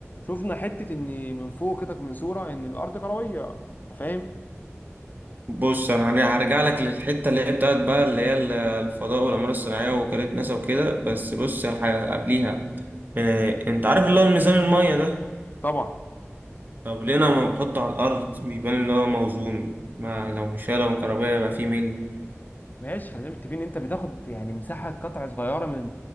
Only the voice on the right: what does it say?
بص انا هن- هرجع لك للحتة اللي هي بتاعت بقى اللي هي ال- الفضاء والأقمار الصناعية وكالة ناسا وكده بس بص ح- قبليها آه، انت عارف اللي هو الميزان المية ده
طب ليه انا لما بحطه على الأرض بيبان اللي هو موزون ما لو مش هي- لو كهربائي يبقى فيه ميل